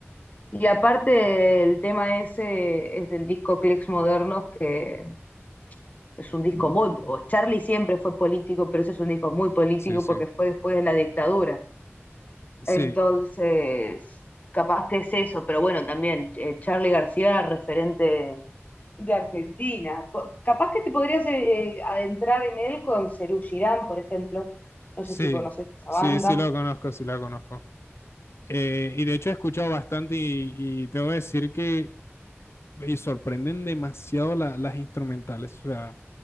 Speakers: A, on the left; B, on the left.
A: Y aparte, el tema ese es del disco Clex Modernos, que es un disco muy. o Charlie siempre fue político, pero ese es un disco muy político
B: Sí, sí.
A: porque fue después de la dictadura.
B: Sí,
A: Entonces, capaz que es eso, pero bueno, también eh, Charly García, referente de Argentina. Po- capaz que te podrías eh, eh, adentrar en él con Serú Girán, por ejemplo. No
B: sí,
A: sé si conoces esa
B: sí,
A: banda.
B: sí lo conozco, sí la conozco. Eh, y de hecho he escuchado bastante y, y tengo que decir que y sorprenden demasiado la- las instrumentales. O sea,